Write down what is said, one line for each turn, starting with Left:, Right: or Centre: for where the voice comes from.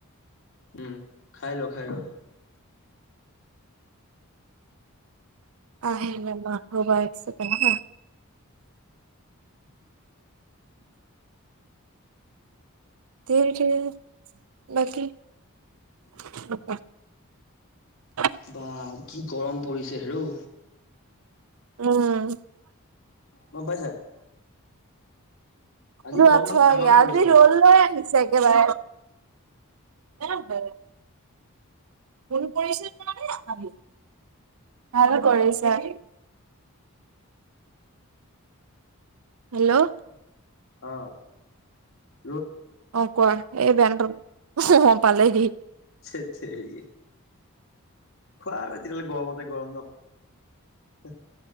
Left: উম, খাই ল খাই ল।
Right: আহিল <unintelligible> ন ম হ'বাইছকনে
Left: <inaudible>
Right: তেৰটেৰল বাকি? <unintelligible> কা <unintelligible>
Left: বা কি গৰম পৰিছে হেৰ।
Right: উম,
Left: গম পাইছা। আজি
Right: ক
Left: গৰম
Right: আথোৱা
Left: মানে তামাম
Right: আজি
Left: পৰিছে
Right: ৰ'ল
Left: আৰু
Right: লৈ আহিছে একেবাৰে। অব ফোন কৰিছে তে ভাল কৰিছে। হেল্ল',
Left: অহ ',
Right: অহ ', কোৱা এই বেয়া নাপাবা অহ ', পালে হি।
Left: ধেত তেৰিকা। খোৱা আৰু এতিয়াললে গৰমতে গৰম ন।